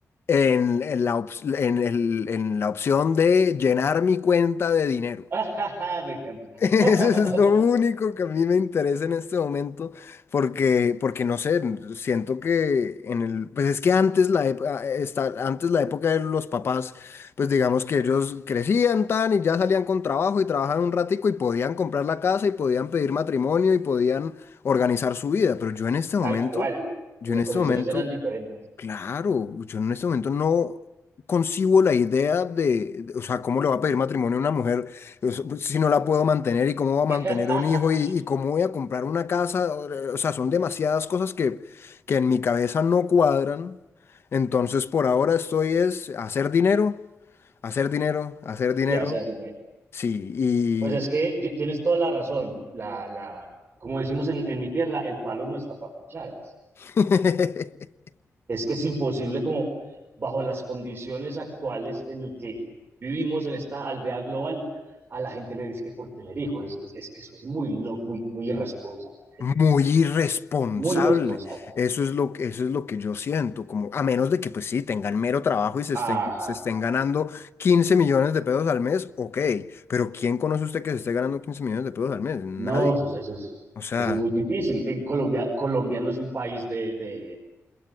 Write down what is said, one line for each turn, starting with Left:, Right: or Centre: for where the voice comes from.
Left: en, en la, ops- en el- en la opción de llenar mi cuenta de dinero.
Right: <laughs> Me encanta.
Left: <laughs> Eso
Right: <laughs>
Left: es lo único que a mí me interesa en este momento, porque, porque no sé, siento que en el, pues es que antes la, ep- a- esta- antes la época de los papás, pues digamos que ellos crecían tan y ya salían con trabajo y trabajaban un ratico y podían comprar la casa y podían pedir matrimonio y podían organizar su vida, pero yo en este
Right: Tal
Left: momento,
Right: cual.
Left: yo
Right: Las
Left: en este
Right: condiciones
Left: momento
Right: eran diferentes.
Left: Claro, yo en este momento no concibo la idea de, de- o sea, cómo le va a pedir matrimonio a una mujer o sea, pues, si no la puedo mantener y cómo va a mantener
Right: <laughs>
Left: un hijo y, y cómo voy a comprar una casa. O eh, o sea, son demasiadas cosas que, que en mi cabeza no cuadran. Entonces, por ahora estoy es hacer dinero, hacer dinero, hacer dinero.
Right: y hacer dinero.
Left: Sí, y...
Right: Pues es que yo- tienes toda la razón. La, la, como decimos en, en mi tierra, el palo no está para cucharas.
Left: <laughs>
Right: es que es imposible como bajo las condiciones actuales en el que vivimos en esta aldea global, a la gente le dice que por tener hijos, es que, es que eso es muy, muy, muy irresponsable,
Left: muy irresponsable.
Right: muy irresponsable.
Left: Eso es lo, que- eso es lo que yo siento, como a menos de que pues sí, tengan mero trabajo y se
Right: Ajá,
Left: estén, se estén ganando 15 millones de pesos al mes, ok, pero ¿quién conoce usted que se esté ganando 15 millones de pesos al mes? Nadie.
Right: no, eso, es- eso, es,
Left: O sea,
Right: eso es muy difícil. En Colombia, Colombia no es un país de, de,